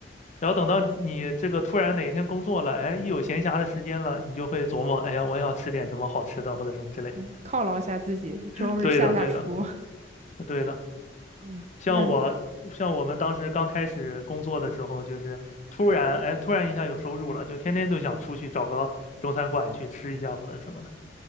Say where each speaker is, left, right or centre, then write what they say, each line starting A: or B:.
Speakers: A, on the left (about 40°); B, on the right (about 40°).
A: 然后等到你这个突然哪一天工作了，哎，一有闲暇的时间了，你就会琢磨，哎呀，我要吃点什么好吃的或者什么之类的。
B: 对，犒劳一下自己，
A: <laughs>
B: 周日下下厨。
A: 对的，对的，对的。
B: <laughs> 嗯，
A: 像我，
B: 那
A: 像我们当时刚开始工作的时候，就是突然，哎，突然一下有收入了，就天天都想出去找个中餐馆去吃一下或者什么的，